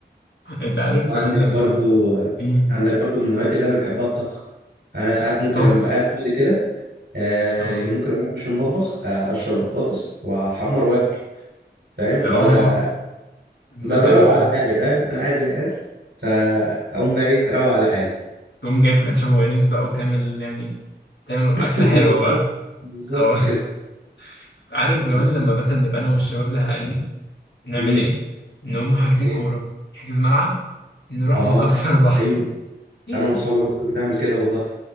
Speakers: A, on the left; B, on the right.
A: انت عارف
B: وعندك
A: كمان لما
B: برضو
A: مم.
B: عندك برضو من الهوايات اللي انا بحبها الطبخ انا ساعات ممكن
A: طبخ
B: لما بقعد فاضي كده آه
A: اه
B: يعني ممكن اقوم اخش المطبخ آه، اقشر بطاطس واحمر واكل فاهم لو
A: اه
B: انا ب-
A: ده
B: بروق
A: حلو
B: على
A: ده
B: حالي فاهم انا قاعد زهقان فاقوم بقى ايه اروق على حالي
A: تقوم جايب كاتشب ومايونيز بقى وتعمل يعني تعمل
B: <laughs>
A: أكلة حلوة
B: بالظبط
A: بقى
B: بالظبط
A: أو
B: كده
A: <laughs> عارف كمان
B: وفي-
A: لما مثلا نبقى أنا والشباب زهقانين نعمل
B: امم
A: إيه؟ نقوم حاجزين
B: إيه؟
A: كورة نحجز ملعب نروح
B: اه
A: نكسر بعض
B: ايوه
A: <laughs>
B: انا واصحابي برضو بنعمل كده والله